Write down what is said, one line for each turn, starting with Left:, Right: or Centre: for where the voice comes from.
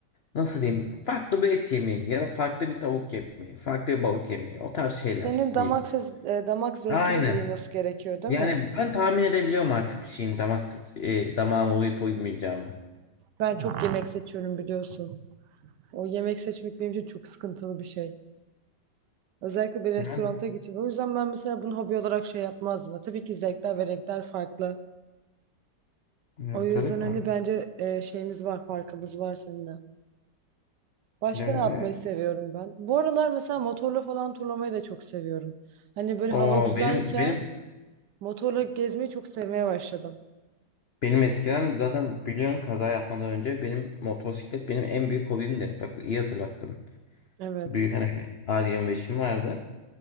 Left: Nasıl diyeyim? Farklı bir et yemeği ya da farklı bir tavuk yemeği, farklı bir balık yemeği. O tarz
Right: Senin
Left: şeyler
Right: damak
Left: diyeyim.
Right: ses, e, damak zevkine
Left: Aynen.
Right: de uyması gerekiyor değil
Left: Yani
Right: mi?
Left: ben tahmin edebiliyorum artık bir şeyin damak, e, damağıma uyup uymayacağını.
Right: Ben çok yemek seçiyorum biliyorsun. O yemek seçmek benim için çok sıkıntılı bir şey. Özellikle bir restoranta
Left: Yani,
Right: gittiğinde. O yüzden ben mesela bunu hobi olarak şey yapmazdım. Ya Tabii ki zevkler ve renkler farklı.
Left: ya,
Right: O yüzden
Left: tabii farklı.
Right: hani bence e, şeyimiz var, farkımız var seninle. Başka
Left: Ya,
Right: ne yapmayı seviyorum ben? Bu aralar mesela motorla falan turlamayı da çok seviyorum. Hani böyle
Left: O
Right: hava güzelken
Left: benim benim
Right: motorla gezmeyi çok sevmeye başladım.
Left: benim eskiden zaten biliyorsun kaza yapmadan önce benim motosiklet benim en büyük hobimdi. Bak iyi hatırlattın.
Right: Evet.
Left: Büyük hani a yirmi beşim vardı.